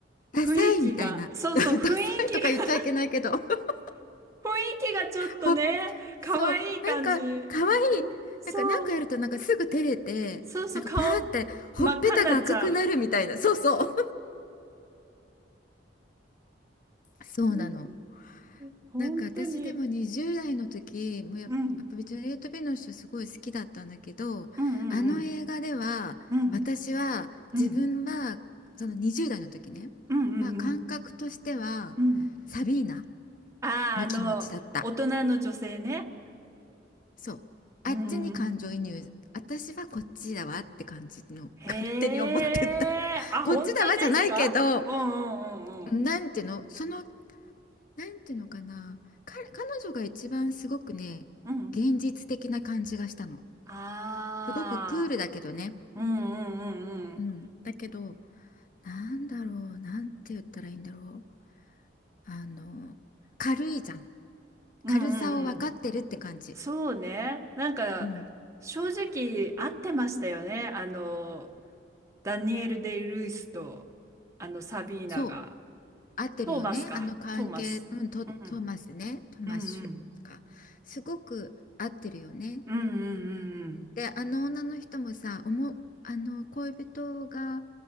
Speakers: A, on the left (about 45°); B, on the right (about 15°).
A: う、ダサいみたいな。
B: 雰囲気が、そうそう、
A: <laughs> ダサいとか言っちゃいけないけど。
B: 雰囲気が、
A: <laughs>
B: <laughs> 雰囲気がちょっとね、
A: ほ、そう、
B: 可愛い感じ。
A: なんか、可愛いなんか、
B: んそう、
A: なんかやるとなんかすぐ照れて、
B: そうそう、
A: なんかパーって、
B: 顔真っ赤になっちゃう。
A: ほっぺたが赤くなるみたいな。そうそう。<laughs> そうなの。
B: うん本当に。
A: なんか私でも20代の時もや、
B: うん、
A: やっぱりジュリエット・ビノッシュすごい好きだったんだけどあの映画では私は自分はその20代の時ねは感覚としては
B: うん、うん、うん、うん、うん、うん、うん、うん。
A: サビーナ
B: ああ、
A: の気持ちだった
B: あの、大人の女性ね。
A: そうあっちに感情移入私はこっちだわって感じの勝手に思ってた
B: うん。へえ、
A: <laughs>
B: あ、
A: こっちだわじゃないけど
B: 本当ですかうんうんうん
A: なんていうのそのなんていうのかな、か、彼女が一番すごくね、
B: うん。うん。
A: 現実的な感じがしたの。
B: あ
A: すごくクールだけどね。
B: あ、うんうん
A: うん。だけど、なんだろう、なんて言ったらいいんだろう。あの、軽いじゃん。
B: うんうん。
A: 軽さを分かってるって感じ。
B: うんうんうん。そうね。なんか、
A: うん。
B: 正直合ってましたよね。あの、ダニエル・デイ・ルイスと、あの、サビーナが。
A: そう。合ってるよね。
B: トーマスか。
A: あの関係、
B: トーマス。
A: うん、ト、
B: うん。
A: トマスね。トマッシュか。
B: うんうん。
A: すごく合ってるよね。
B: うんうんうん
A: で、あの女の人もさ、おも、あの恋人が